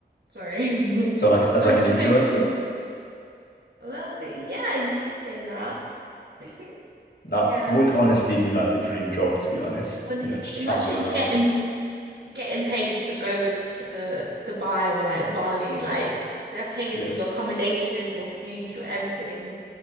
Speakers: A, on the right (about 70°); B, on the left (about 65°).
A: Sorry,
B: s- so like
A: <laughs>
B: as
A: I'm
B: like an
A: so
B: influencer,
A: used to. Well, yeah, you could say that. <laughs>
B: that
A: Yeah.
B: would honestly be like the dream job, to be honest.
A: Honestly,
B: You know, just
A: imagine
B: traveling around.
A: getting getting paid to go to Dubai or like Bali, like they're paying
B: Yeah,
A: for your accommodation, your food, your everything.